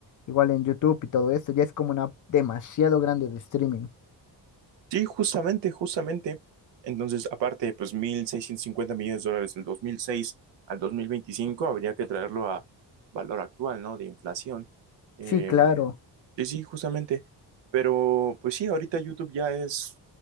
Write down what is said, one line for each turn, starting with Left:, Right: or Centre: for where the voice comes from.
Left: igual en YouTube y todo esto, ya es como una app demasiado grande de streaming.
Right: Sí, justamente, justamente. Entonces, aparte, pues 1.650 millones de dólares del 2006 al 2025 habría que traerlo a valor actual, ¿no? De inflación. Eh,
Left: Sí, claro.
Right: sí, sí, justamente. Pero, pues sí, ahorita YouTube ya es,